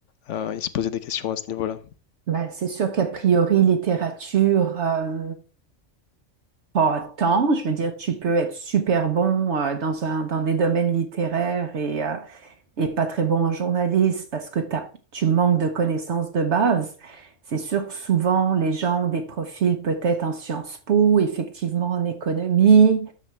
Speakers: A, on the left (about 75°); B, on the right (about 65°).
A: Euh, Il se posait des questions à ce niveau-là.
B: Ben, c'est sûr qu'a priori, littérature, euh, pas tant. Je veux dire, tu peux être super bon euh, dans un, dans des domaines littéraires et, euh, et pas très bon en journaliste parce que t'as- tu manques de connaissances de base. C'est sûr que souvent, les gens ont des profils peut-être en Sciences Po, effectivement en économie,